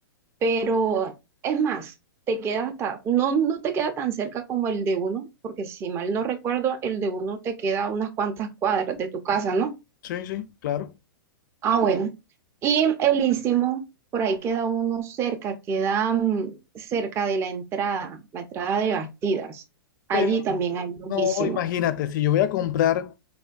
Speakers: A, on the right (about 20°); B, on the left (about 55°).
A: pero es más, te queda hasta, no, no te queda tan cerca como el de uno, porque si mal no recuerdo, el de uno te queda a unas cuantas cuadras de tu casa, ¿no?
B: Sí, sí, claro.
A: Ah, bueno. Y el Istmo, por ahí queda uno cerca, queda mm, cerca de la entrada, la entrada de Bastidas. Allí
B: Pero
A: también hay un
B: no,
A: Istmo,
B: imagínate, si yo voy a comprar.